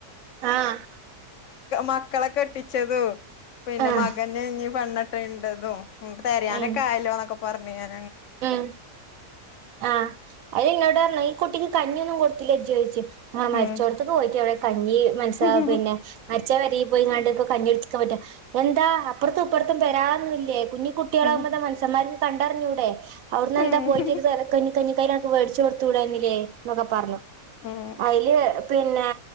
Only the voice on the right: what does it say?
ആഹ്
ആഹ്
ഉം
ഉം ആഹ് അയനെന്നോട് പറഞ്ഞ ഈ കുട്ടിക്ക് കഞ്ഞിയൊന്നും കൊടുത്തില്ല ജ്ജ് ച് <unintelligible> ആ മരിച്ചോടത്തെക്ക്
പോയിട്ട് കഞ്ഞി മനസ്സ
പിന്നെ മരിച്ച പെരേ പോയികാണ്ട് പ്പ കഞ്ഞികുടിച്ചാക്കാൻ പറ്റ എന്താ അപ്പ- തുപ്പർത്തും വരാന്നില്ലേ കുഞ്ഞി കുട്ടികളാവുമ്പത്
മനസന്മാരി കണ്ടറിഞ്ഞൂടെ അവിടുന്ന്
എന്താ പോയിട്ടൊരു തര കഞ്ഞിക്കൈൽക്ക് മേടിച്ചു കൊടുത്തൂടന്നില്ലേ എന്നൊക്കെ പറഞ്ഞു
അതില് പിന്നെ